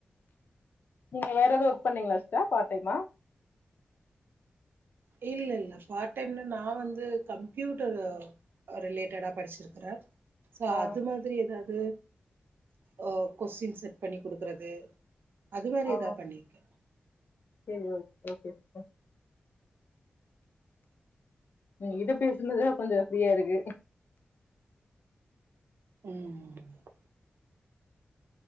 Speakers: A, on the left; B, on the right.
A: நீங்க வேற எது ஒர்க் பண்ணீங்ளா சிஸ்டர் பார் டைமா
B: இல்ல இல்ல பார்ட் டைம்ல நா வந்து கம்ப்யூட்டரு ஆ ரிலேட்டடா படிச்சிருக்குறே சோ
A: ஆ
B: அது மாதிரி எதாவ்து ஓ கொஸ்டின் செட் பண்ணி குடுக்கிறது அது மாரி
A: ஆ
B: எதா பண்ணிருக்கே
A: சரி ஓகே சிஸ்டர் உங்க கிட்ட பேசுனதுல கொஞ்ச ஃப்ரீயா இருக்கு
B: ம்